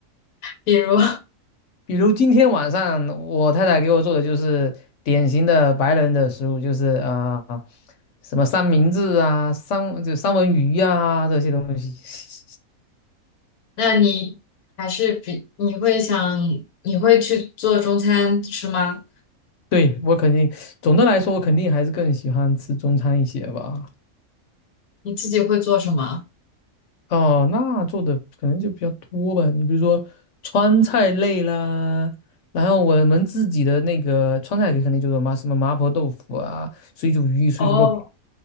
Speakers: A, on the left (about 80°); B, on the left (about 60°).
A: 比如，
B: 比如今天晚上我太太给我做的就是典型的白人的食物，就是啊、呃什么三明治啊、三就三文鱼啊这些东西。<laughs>
A: <laughs> 那你还是比你会想你会去做中餐吃吗？
B: 对，我肯定，总的来说，我肯定还是更喜欢吃中餐一些吧。
A: 你自己会做什么？
B: 哦，那做的可能就比较多吧。你比如说川菜类啦，然后我们自己的那个川菜肯定就是麻什么麻婆豆腐啊、水煮鱼、水煮肉片。
A: 哦，